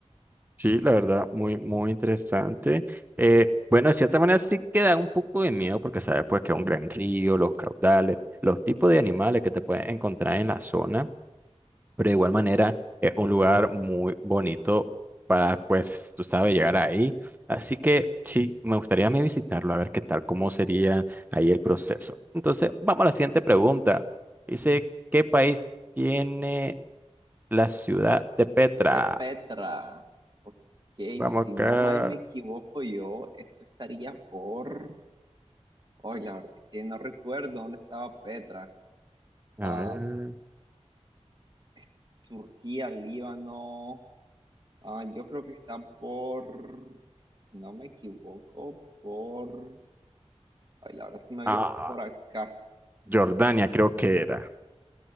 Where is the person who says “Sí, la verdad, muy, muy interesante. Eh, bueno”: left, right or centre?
Right